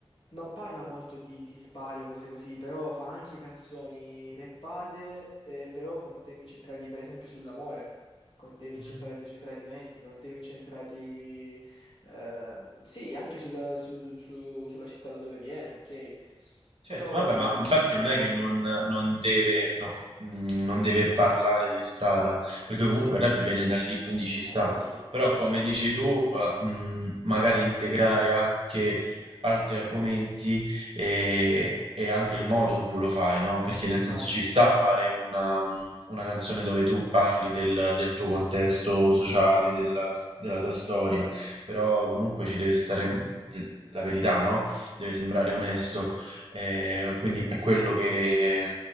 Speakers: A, on the left (about 60°); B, on the right (about 70°).
A: non parla molto di, di spari o cose così, però fa anche canzoni rappate, eh, però con temi incentrati per esempio sull'amore, con temi
B: Mhm.
A: incentrati sui tradimenti, con temi incentrati, ehm, sì, anche sulla, su- su- sulla città da dove viene, ok?
B: Certo,
A: Però
B: vabbè, ma infatti
A: con
B: non
A: temi...
B: è che non, non deve, no, mh, non deve parlare di strada, perché comunque il rap viene da lì, quindi ci sta.
A: Eh, eh sì,
B: Però
A: esatto,
B: come
A: sì,
B: dici tu, eh, mh, magari integrare anche altri argomenti e, e anche il modo in cui lo fai, no? Perché nel
A: esatto,
B: senso ci sta a fare una, mh, una canzone dove tu parli del, del tuo contesto sociale, del- della tua storia, però comunque ci deve stare del- la verità, no? Deve sembrare
A: esatto,
B: onesto. Eh, quindi è quello che,